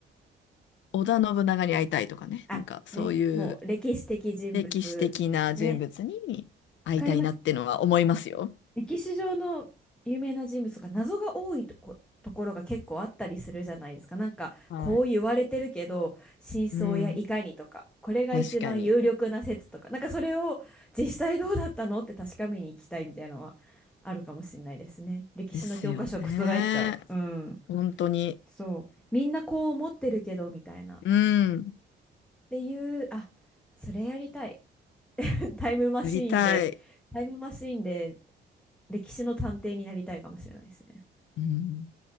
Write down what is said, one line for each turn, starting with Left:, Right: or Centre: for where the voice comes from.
Left: 織田信長に会いたいとかね。
Centre: あ、
Left: なんかそういう
Centre: ね、もう歴史的人物。
Left: 歴史的な人物に会いたいなってのは思いますよ。
Centre: ね、わかります。歴史上の有名な人物とか謎が多いとこ、ところが結構あったりするじゃないですか。なんか、
Left: はい。
Centre: こう言われてるけど、真相やいかにとか、
Left: うん。
Centre: これが一番有力な説とか、
Left: 確かに。
Centre: なんかそれを実際どうだったのって確かめに行きたいみたいなのはあるかもしれないですね。歴史の教科書を覆っちゃう。
Left: ですよね。
Centre: うん。
Left: 本当に。
Centre: そう。みんなこう思ってるけど、みたいな。っ
Left: うん。
Centre: ていう、あ、それやりたい。タイムマシーンで、
Left: やりたい。
Centre: タイムマシーンで歴史の探偵になりたいかもしれないですね。
Left: うん。